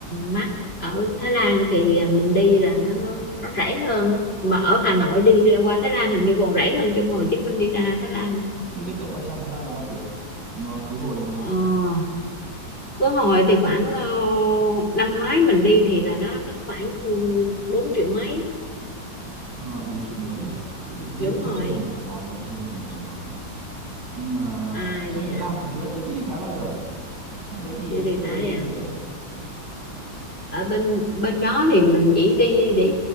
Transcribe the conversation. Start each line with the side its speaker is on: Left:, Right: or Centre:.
Left: mắc ở Thái Lan thì mình đi là nó nó, nó rẻ hơn á mà ở Hà Nội đi qua Thái Lan hình như còn rẻ hơn trong Hồ Chí Minh đi ra Thái Lan
Right: Nhưng bên cậu bay sang Thái Lan là bao tiền? Mà khứ hồi là bao
Left: ờ
Right: tiền?
Left: có hồi thì khoảng ờ, năm ngoái mình đi thì là nó, nó khoảng bốn triệu mấy
Right: Ờ, 4 triệu mấy à? Thế thì thế
Left: đúng
Right: thì cũng xem
Left: rồi
Right: xem Hà Nội Sài Gòn thôi, xem xem Hà Nội Sài Gòn thôi. Nhưng mà
Left: à
Right: sang
Left: vậy
Right: Thái
Left: hả
Right: Lan thì thực ra tớ chưa đi Thái bao giờ. Sang đấy thì
Left: chưa đi
Right: chơi
Left: Thái
Right: cái gì
Left: à
Right: bên đấy?
Left: ở bên bên đó thì mình chỉ đi để